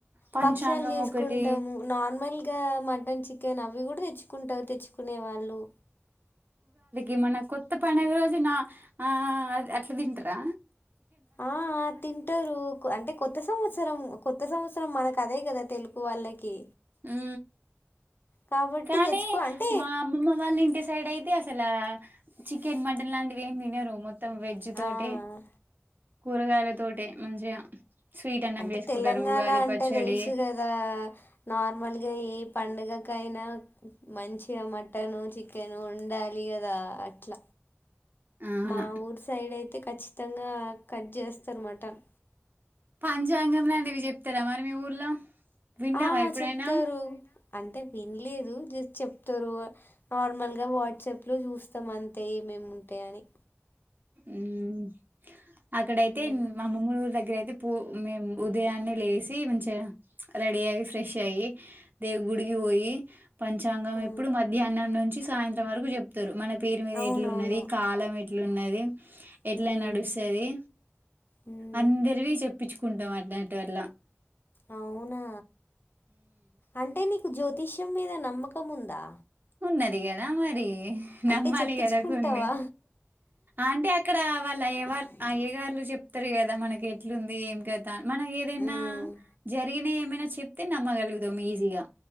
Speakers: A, on the right; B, on the left.
A: పంచాంగం
B: భక్ష్యాలు చేసుకుంటాము
A: ఒకటి
B: నార్మల్ గా మటన్ చికెన్ అవి కూడా తెచ్చుకుంటారు తెచ్చు కునే వాళ్ళు
A: ఇ మన కొత్త పండుగ రోజు నా ఆ అ అట్లా తింటరా
B: ఆ తింటారు అంటే కొత్త సంవ వత్సరం కొత్త సంవత్సరం మనకు అదే కదా తెలుగు వాళ్ళకి
A: ఉ
B: కాబట్టి
A: కానీ
B: తెచ్చుకో అంటే
A: మా అమ్మమ మా వాళ్ళ ఇంటి సైడ్ అయితే అ అసలా చికెన్ మటన్ లాంటివి ఏం తినరు మొత్తం వెజ్ తోటి
B: ఆ!
A: కూరగాయల తోటే మంచిగా స్వీట్ అన్నం
B: అంటే
A: చేసుకుంటారు
B: తెలంగాణ
A: ఉగాది
B: అంటే
A: పచ్చడి
B: తెలుసు కదా నార్మల్ ఏ పండుగకైనా మంచిగా మటన్ చికెన్ ఉండాలి కదా అట్ల
A: ఆ
B: మా ఊరు సైడ్ అయితే ఖచ్చితంగా కట్ చేస్తారు మటన్
A: పంచాంగం లాంటివి చెప్తారా మరి మీ ఊర్లో విన్నావా
B: ఆ
A: ఎప్పుడైనా
B: చెప్తారు అంటే వినలేదు జస్ట్ చెప్తారు నార్మల్ గా వాట్సాప్ లో చూస్తాం అంతే మేము ఉంటాయి అని
A: ఊ మ్ అక్కడయితే
B: ఉమ్.
A: మామమ్మ వాళ్ళ ఊరి దగ్గర అయితే పూ మేము ఉదయాన్నే లేసి మంచిగా రెడీ అయి ఫ్రెష్ అయి దేవ్ గుడికి పోయి పంచాంగం
B: ఆ,
A: ఎప్పుడు మధ్యాహ్నం నుంచి సాయంత్రం వరకు చెప్తారు మన పేరు మీద
B: అవునవును
A: ఎట్లున్నది కాలం ఎట్లున్నది ఎట్లా
B: హ్మ్.
A: నడుస్తది
B: హ్మ్.
A: అందరివి చెప్ ఇప్పించుకుంటాం అట్లాంటి వల్ల
B: అవునా అంటే నీకు జ్యోతిష్యం మీద నమ్మకం ఉందా
A: ఉన్నది కదా మరి నమ్మాలి
B: అంటే చెప్పించుకుంటావా?
A: కదా కొన్ని అంటే అక్కడ వాళ్ళు అయ్యవా
B: హ్మ్.
A: అయ్యే గార్లు చె చెప్తారు కదా మనకి ఎట్లుంది ఏం కథా మనం ఏదైనా
B: హ్మ్.
A: జరిగిన ఏమైనా చెప్తే నమ్మగలుగుతాం ఈజీగా